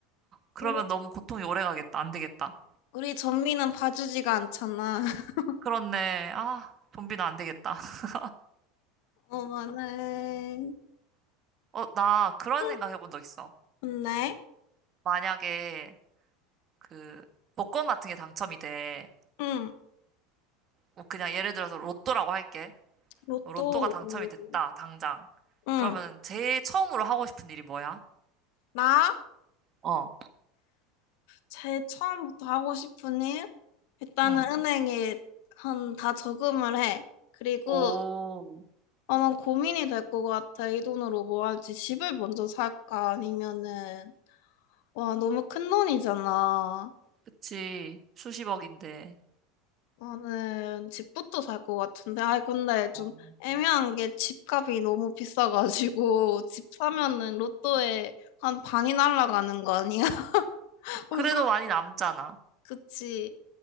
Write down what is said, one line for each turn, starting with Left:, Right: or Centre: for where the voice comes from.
Right: 그러면
Left: 우리
Right: 너무 고통이 오래 가겠다. 안 되겠다.
Left: 우리 전미는 봐주지가 않잖아. <laughs>
Right: 그렇네. 아, 좀비는 안 되겠다. <laughs>
Left: 어머네.
Right: 어, 나 그런
Left: 응,
Right: 생각 해본 적 있어.
Left: 좋네
Right: 만약에 그 복권 같은 게 당첨이 돼.
Left: 응,
Right: 뭐 그냥 예를 들어서 로또라고 할게.
Left: 뭐, 로또.
Right: 로또가 당첨이
Left: 오.
Right: 됐다. 당장.
Left: 응,
Right: 그러면 제일 처음으로 하고 싶은 일이 뭐야?
Left: 나
Right: 어
Left: 제일 처음부터 하고 싶은 일 일단은
Right: 응.
Left: 은행에 한 다 저금을 해. 그리고
Right: 오,
Left: 어, 난 고민이 될 것 같아. 이 돈으로 뭐 할지 집을 먼저 살까 아니면은 와 너무 큰 돈이잖아.
Right: 그치. 수십억인데.
Left: 나는 집부터 살 것 같은데, 아이, 근데 좀
Right: 어.
Left: 애매한 게 집값이 너무 비싸가지고, <laughs> 집 사면은 로또에 한 반이 날아가는 거 아니야? <laughs> 벌써,
Right: 그래도 많이 남잖아.
Left: 그치.